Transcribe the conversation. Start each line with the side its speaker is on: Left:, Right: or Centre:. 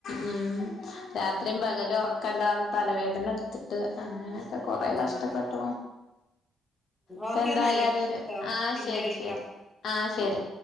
Left: ഉ രാത്രിയും പകലും ഉറക്ക ക്കല്ലാതെ തലവേദന എടുത്തിട്ട് അങ്ങനെയൊക്കെ കുറെ
Centre: ഉം
Left: കഷ്ടപ്പെട്ടു അപ്പൊ
Centre: ഓക്കെ
Left: എന്തായാലും
Centre: എന്നാല്
Left: ഒരു
Centre: ട്ടോ
Left: ആഹ്
Centre: പിന്നെ
Left: ശരി
Centre: വിളിക്കാം
Left: ശരി ആഹ് ശരി.